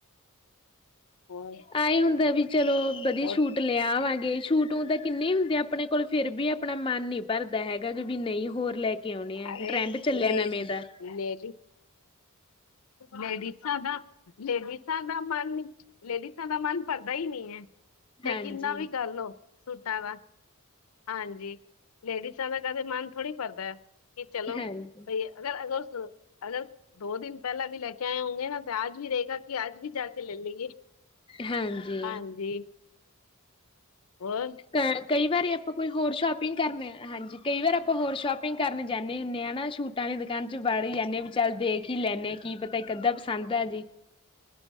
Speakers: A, on the left; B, on the left.
A: ਹੋਰ
B: ਐ ਹੁੰਦਾ ਏ ਵੀ ਚਲੋ ਵਧੀਆ
A: ਹੋਰ
B: ਸੂਟ ਦੀ ਲਿਆਵਾਂਗੇ ਛੂਟ ਊ ਤਾਂ ਕਿੰਨੇ ਹੁੰਦੇ, ਆਪਣੇ ਕੋਲ ਫੇਰ ਬੀ ਆਪਣਾ ਮਨ ਨੀ ਭਰਦਾ ਹੈਗਾ ਵੀ ਨਹੀਂ ਹੋਰ ਲੈ ਕੇ ਲੈ ਕੇ ਆਉਣੇ ਆ
A: ਅਰੇ
B: ਟਰੈਂਡ ਚੱਲਿਆ
A: ਲੇ
B: ਨਵੇਂ ਦਾ।
A: <unintelligible> ਲੇਡੀਸਾਂ ਦਾ ਲੇਡੀਸਾ ਦਾ ਮਨ ਲੇਡੀਸਾਂ ਦਾ ਮਨ ਪਰਦਾ ਹੀ ਨੀ ਐ। ਤੇ
B: ਹਾਂਜੀ,
A: ਕਿੰਨਾ ਵੀ ਕਰਲੋ ਸੂਟਾਂ ਦਾ ਹਾਂਜੀ। ਲੇਡੀਸਾ ਦਾ ਕਦੇ ਮਨ ਥੋੜ੍ਹੀ ਭਰਦਾ ਆ ਕਿ ਚਲੋ
B: ਹਾਂਜੀ,
A: ਬਈ ਅਗਰ ਸੋ ਅਗਰ ਉਸ ਅਗਰ ਦੋ ਦਿਨ। ਪਹਿਲਾਂ ਵੀ ਲੈ ਕੇ ਆਏ ਹੋੋਂਗੇ ਨਾ ਤੇ ਅੱਜ ਵੀ ਰਹੇਗਾ ਕਿ ਅੱਜ ਵੀ ਜਾ ਕੇ ਲੈ ਲਈਏ।
B: ਹਾਂਜੀ।
A: ਹਾਂਜੀ ਹੋਰ
B: ਅ ਕਈ ਵਾਰੀ ਆਪਾਂ ਕੋਈ ਹੋਰ ਛਾਪ ਸ਼ਪਿੰਗ ਕਰਨ ਹਾਂਜੀ ਕਈ ਵਾਰ ਆਪਾਂ ਹੋਰ ਸ਼ੋਪਿੰਗ ਕਰਨ ਜਾਣੇ ਹੁੰਦੇ ਹਾਂ ਨਾ ਛੂਟਾਂ ਦੀ ਦੁਕਾਨ ਚ ਬੜ ਹੀ ਜਾਣੇ ਆ ਵੀ। ਚੱਲ ਦੇਖ ਹੀ ਲੈਂਨੇ ਆ ਕੀ ਪਤਾ ਇੱਕ ਅੱਧਾ ਪਸੰਦ ਆਜੇ।